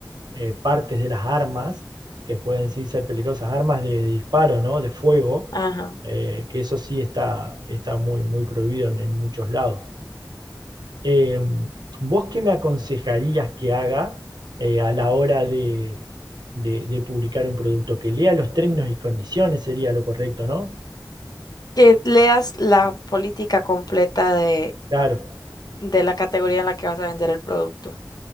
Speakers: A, on the right; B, on the left.
A: eh, partes de las armas que pueden sí ser peligrosas, armas de, de disparo, ¿no? De fuego,
B: Ajá.
A: eh, que eso sí está, está muy, muy prohibido en en muchos lados. Eh, ¿vos qué me aconsejarías que haga eh, a la hora de, de- de publicar un producto? Que lea los términos y condiciones sería lo correcto, ¿no?
B: que leas la política completa de,
A: Claro,
B: de la categoría en la que vas a vender el producto,